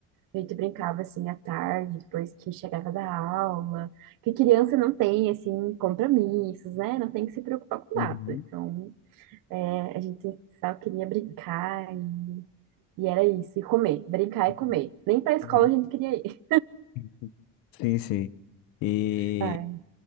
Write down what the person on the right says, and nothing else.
A gente brincava, assim, à tarde, depois que chegava da aula. Que criança não tem, assim, compromissos, né? Não tem que se preocupar com
nada. Então, é, a gente só queria brincar e, e era isso, e comer, brincar
e comer. Nem pra escola
a gente queria ir.
<laughs> Ai,